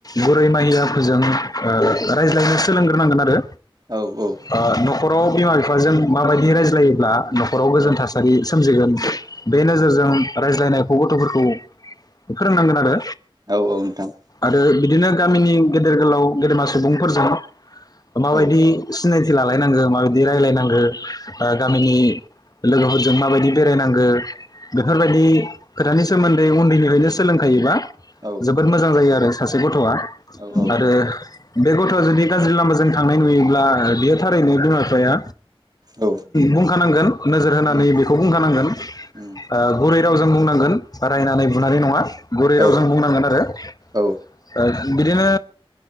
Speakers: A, on the left; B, on the right.
A: गुरै माहियाफोरोजों रायज्लायनो सोलोंग्रोनांगोन आरो
B: औ औ
A: ओ न'खराव बिमा बिफाजों माबायदि रायज्लायोब्ला ख'राव गोजोन
B: औ
A: थासारि सोमजिगोन बे नोजोरजों रायज्लायनायखौ गथ'फोरखौ फोरोंनांगोन आरो
B: औ औ नोंथां
A: आरो बिदिनो गामिनि गेदेर गोलाव गेदेमा सुबुंफोरजों माबायदि
B: औ औ
A: सिनायथि लालायनांगो माबायदि रायजलायनांगो। ओ गामिनि लोगोफोरजों माबायदि बेरायनांगो बेफोर बायदि। खोथानि सोमोन्दै उन्दैनिफ्रायनो सोलोंखायोबा।
B: औ
A: जोबोद मोजां जायो आरो सासे गथ'आ
B: औ औ
A: आरो बे गथ'आ जुदि गाज्रि लामाजों थांनाय नुयोब्ला बेयो थारैनो बिमा बिफाया
B: औ
A: बुंखानांगोन। नोजोर
B: उम
A: होनानै बेखौ बुंखानांगोन ओ
B: उम
A: गुरै राव जों बुंनांगोन रायनानै बुनानै नङा। गुरै
B: औ
A: रावजों बुंनांगोन आरो ओ
B: औ
A: बिदिनो